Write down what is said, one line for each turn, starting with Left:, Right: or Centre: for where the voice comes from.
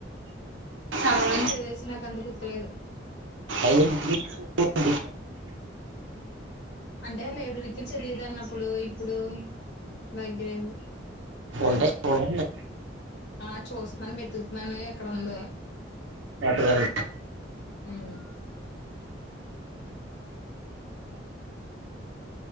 Left: చాలా
Right: చదవడం
Left: రోజుల చదివేసి నాకు అంతకు గుర్తులేదు
Right: అయినా ఇంటికి చదవడం
Left: అంటే లైబ్రరీకి చదివేదాన్నీ అప్పుడు ఇప్పుడు దగ్గరుంది
Right: కొంటె ఎవరన్నా
Left: ఆ చూస్తున్నాను వెతుకుతున్నానే ఎక్కడుందో
Right: ఆటా దళ్లు
Left: ఉమ్